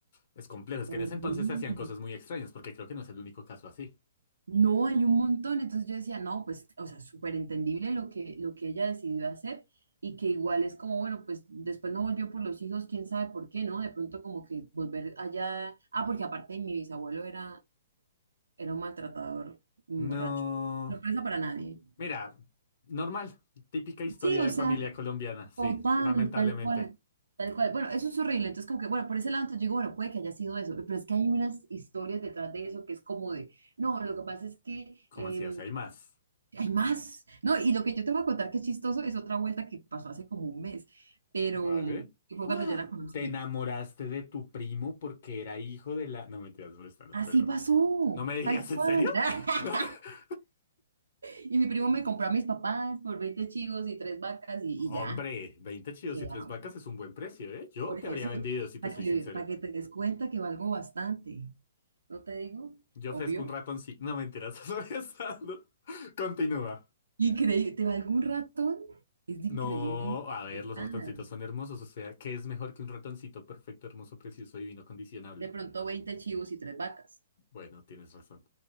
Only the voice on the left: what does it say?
es complejo. Es
que en ese entonces se hacían cosas muy extrañas, porque creo que no es el único caso así.
No.
Mira, normal, típica historia
de
familia colombiana, sí,
lamentablemente.
¿Cómo
así? O sea, hay más.
Vale.
¡Ah!
Te enamoraste de tu primo porque era hijo de la... No, mentiras, molestando,
pero...
¿No me digas
en
serio?
<laughs>
Hombre,
veinte chidos
y tres vacas es un buen precio, ¿eh? Yo
te
habría vendido, si te
soy
sincero.
Yo
ofrezco un ratoncito. No, mentiras, <laughs> molestando. Continúa.
No, a ver,
los
ratoncitos son hermosos, o sea, ¿qué es mejor que un ratoncito perfecto, hermoso, precioso, divino, condicionable?
Bueno, tienes razón.